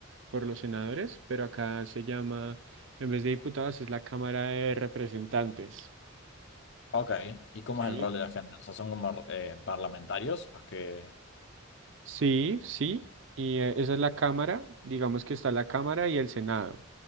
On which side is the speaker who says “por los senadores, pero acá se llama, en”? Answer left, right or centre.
Right